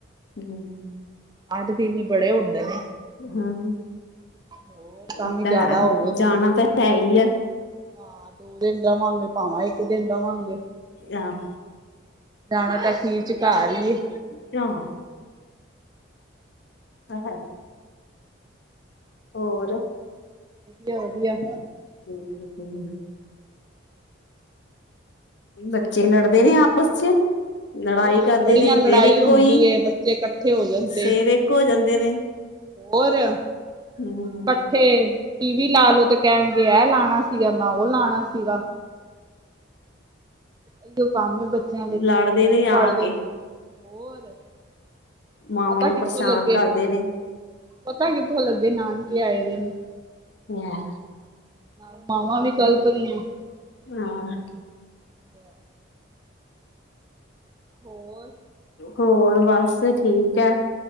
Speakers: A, on the left; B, on the right.
A: ਹੂੰ।
B: ਅੱਠ ਦਿਨ ਈ ਬੜੇ ਹੁੰਦੇ ਨੇ।
A: ਹੂੰ,
B: ਹੋਰ
A: ਏ
B: ਵੀ
A: ਤਾਂ
B: ਜ਼ਿਆਦਾ
A: ਹੈ
B: ਹੋ ਗਏ ਨੇ
A: ਜਾਣਾ ਤਾਂ ਹੈ ਈ ਐ।
B: ਹਾਂ, ਦੋ ਦਿਨ ਦਵਾਂਗੇ, ਭਾਂਵੇ ਇੱਕ ਦਿਨ ਰਵਾਂਗੇ।
A: ਆਹੋ।
B: ਜਾਣਾ ਤਾਂ ਅਖੀਰ ਚ ਘਾੱਰ ਈ ਏ।
A: ਕਿਓਂ, ਆਏ ਹਾਏ। ਹੋਰ।
B: ਘਿਓ ਦੀ ਆ।
A: ਹਮ <unintelligible> ਬੱਚੇ ਲੜਦੇ ਨੇ ਆਪਸ ਚ। ਲੜਾਈ
B: ਹੋਰ
A: ਕਰਦੇ
B: ਬੜੀਆਂ
A: ਨੇ
B: ਲੜਾਈ
A: ਫੇਰ ਇੱਕੋ
B: ਹੁੰਦੀ
A: ਹੀ।
B: ਏ ਬੱਚੇ ਇਕੱਠੇ ਹੋ ਜਾਣ ਤੇ
A: ਫੇਰ ਇੱਕ ਹੋ ਜਾਂਦੇ ਨੇ।
B: ਹੋਰ, ਇਕੱਠੇ
A: ਹੂੰ
B: ਟੀ ਵੀ ਲਾ ਲੋੋ ਤੇ ਕਹਿਣਗੇ ਇਹ ਲਾਣਾ। ਸੀਗਾ ਮੈਂ ਔ ਲਾਣਾ ਸੀਗਾ। ਅਈਔ ਕੰਮ ਏ ਬੱਚਿਆਂ ਦੇ ਜਾਂ
A: ਲੜਦੇ
B: ਫੋਨਾਂ
A: ਨੇ
B: ਚ
A: ਆ
B: ਵੜ ਦੇਣ,
A: ਕੇ
B: ਹੋਰ।
A: ਮਾਵਾਂ
B: ਪਤਾ
A: ਨੂੰ
B: ਕਿੱਥੋਂ
A: ਪਰੇਸ਼ਾਨ
B: ਲੱਗੇ
A: ਕਰਦੇ ਨੇ।
B: ਪਤਾ ਕਿੱਥੋਂ ਲੱਗੇ ਨਾਨਕੇ ਆਏ ਦੇ ਨੇ।
A: ਹੁਮ ਆ
B: ਨਾਲ ਮਾਵਾਂ ਵੀ ਕਲਪਦੀਆਂ।
A: ਹਾਂ।
B: ਬੜਾ। ਹੋਰ।
A: ਹੋਰ, ਬਾਸ ਠੀਕ ਐ।